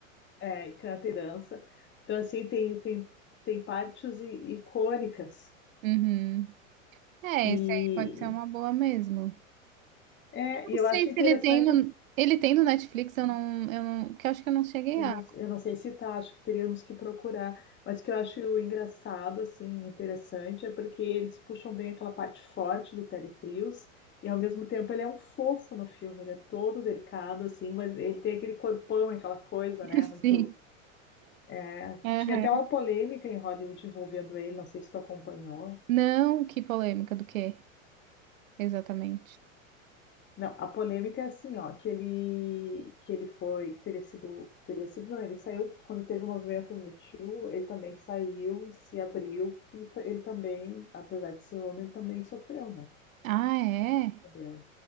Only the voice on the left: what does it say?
É, e canta e dança. Então, assim, tem, tem, tem partes i- icônicas.
E,
é,
e
eu
acho
interessante,
eu
não, eu não sei se tá, acho que teríamos que procurar, mas o que eu acho engraçado, assim, interessante, é porque eles puxam bem aquela parte forte do Terry Crews, e ao mesmo tempo ele é um fofo no filme, ele é todo delicado, assim, mas ele tem aquele corpão, aquela coisa,
né, muito...
é,
tinha até uma polêmica em Hollywood envolvendo ele, não sei se tu acompanhou
Não, a polêmica é assim, ó, que ele, que ele foi, teria sido, teria sido, não, ele saiu, quando teve o movimento Me Too, ele também saiu e se abriu, que ta- ele também, apesar de ser homem, também sofreu, né?
Entendeu?